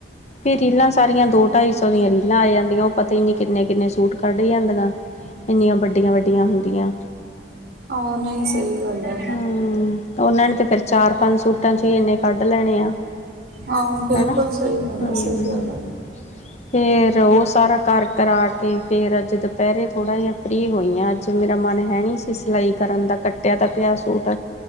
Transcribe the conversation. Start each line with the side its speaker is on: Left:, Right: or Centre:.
Left: ਫਿਰ ਰੀਲਾਂ ਸਾਰੀਆਂ ਦੋ ਢਾਈ ਸੌ ਰੀਲਾਂ ਆ ਜਾਂਦੀਆਂ ਨੇ, ਉਹ ਪਤਾ ਈ ਨੀ‌ ਕਿੰਨੇ ਕਿੰਨੇ ਸੂਟ ਕੱਢ ਜਾਂਦੀਆਂ ਇੰਨੀਆਂ ਵੱਡੀਆਂ ਵੱਡੀਆਂ ਹੁੰਦੀਆਂ।
Right: ਆ ਨਹੀਂ ਸਹੀ ਗੱਲ ਏ।
Left: ਹੂੰ ਉਹਨਾਂ ਨੇ ਤੇ ਫਿਰ ਚਾਰ ਪੰਜ ਸੂਟ ਖਰਚੇ ਇੰਨੇ ਕੱਢ ਲੈਣੇ ਆ
Right: ਹਾਂ ਬਿਲਕੁਲ
Left: ਹਨਾ
Right: ਸਹੀ ਗੱਲ
Left: ਹੂੰ।
Right: ਆ ਸਹੀ ਗੱਲ ਆ
Left: ਫੇਰ ਉਹ ਸਾਰਾ ਕਰ ਕਰਾ ਕੇ ਫੇਰ ਅੱਜ ਦੁਪਹਿਰੇ ਥੋੜ੍ਹਾ ਜਿਹਾ ਫਰੀ ਹੋਈ ਆ ਅੱਜ। ਜੇ ਮੇਰਾ ਮਨ ਹੈ ਨਹੀਂ ਸੀ ਸਿਲਾਈ ਕਰਨ ਦਾ, ਕੱਟਿਆ ਤਾਂ ਪਿਆ ਸੂਟ